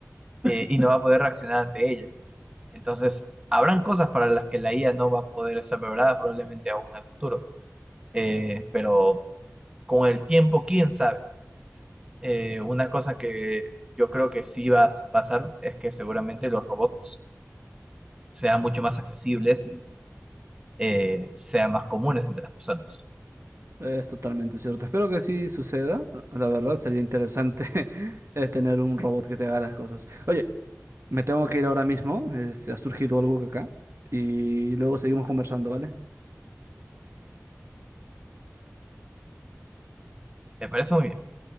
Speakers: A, on the right; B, on the right.
A: eh, y no va a poder reaccionar ante ella. Entonces, habrán cosas para las que la IA no va a poder ser preparada probablemente aún en el futuro, Eh, pero con el tiempo, quién sabe. Eh, una cosa que yo creo que sí va a pasar es que seguramente los robots sean mucho más accesibles y eh, sean más comunes entre las personas.
B: Es totalmente cierto. Espero que sí suceda. La verdad, sería interesante <laughs> eh, tener un robot que te haga las cosas. Oye, me tengo que ir ahora mismo. este, ha surgido algo acá. Y luego seguimos conversando, ¿vale?
A: Me parece muy bien.